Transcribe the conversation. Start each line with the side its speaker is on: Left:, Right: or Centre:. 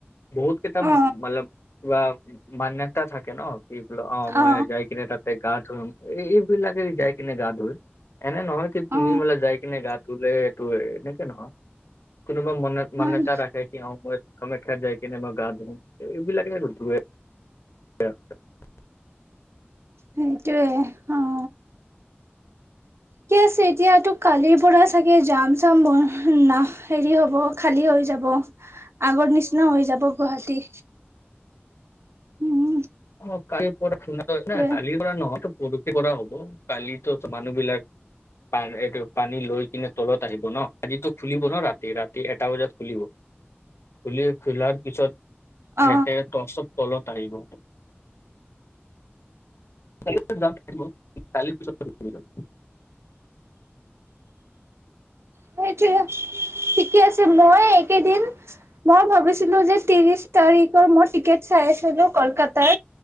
Left: বহুত কেইটা
Right: অ
Left: মললব কিবা মান্যতা থাকে ন' কি বোলঝ অঁ মই
Right: অ
Left: যাই কিনে তাত এই গা ধোম, এইবিলাকে যাই কিনে গা ধোৱে এনে নহয় কি তুমি
Right: অ
Left: বোলে যাই কিনে গা ধোলে এটো এনেকে নহয়, কোনোবা মনত মান্নত মান্যতা
Right: অ
Left: ৰাখে সেই সময়ত কামাখ্যাত যাই কিনে মই গা ধোঁ এইবিলাকে ধোৱে য়া <unintelligible>
Right: সেইটোৱে, অঁ। কি আছে এতিয়াতো কালিৰ পৰা চাগে যাম চাম ব নাহ হেৰি হ'ব খালী হৈ যাব, আগৰ নিচিনা হৈ যাব গুৱাহাটী। উম।
Left: অঁ কালি পৰা <unintelligible> না,
Right: সেইটোৱে
Left: কালিৰ পৰা নহ পৰসি পৰা হ'ব, কালিতো মানুহ বিলাক পান এইটো পানী লৈ কিনে তলত আহিব ন', আজিতো খুলিব ন' ৰাতি, ৰাতি এটা বজাত খুলিব। খুলি খোলাৰ পিছত
Right: অ
Left: এহেঁতে টচত তলত আহিব। কালিটো জাম থাকিব, কালিৰ পিছত <inaudible> যাম
Right: সেইটোয়ে, ঠিকে আছে মই এইকেইদিন মই ভাবিছিলোঁ যে ত্ৰিশ তাৰিখৰ মই টিকেট চাই আছিলোঁ কলকাতাৰ